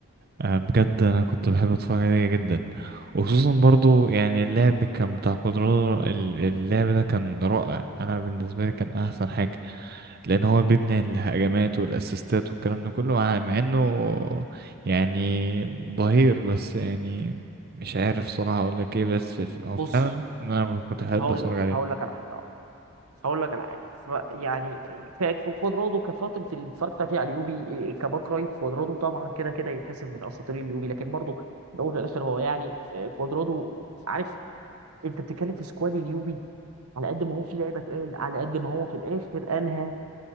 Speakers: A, on the right; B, on the right.
A: آه، بجد انا كنت بحب اتفرج عليه جدا وخصوصا برضو يعني اللعب كان بتاع كودرادو ال- اللعب ده كان رائع انا بالنسبه لي كان احسن حاجه لان هو بيبني الهجمات والاسيستات والكلام ده كله مع مع انه يعني ظهير بس يعني مش عارف صراحه اقول لك ايه بس ف- هو
B: بص
A: فعلا انا كنت بحب
B: هقول
A: اتفرج
B: لك
A: عليه
B: هقول لك على حاجه أهو. هقول لك على حاجه ف- يعني كانت في خضراته كفتره اللي اتفرجت فيها على اليوبي كباك رايت خضراته طبعا كده كده يتحسب من اساطير اليوبي لكن برضه في الاول وفي الاخر هو يعني خضراته عارف انت بتتكلم في سكواد اليوبي على قد ما هو في لعيبه تقال على قد ما هو في الاخر انهى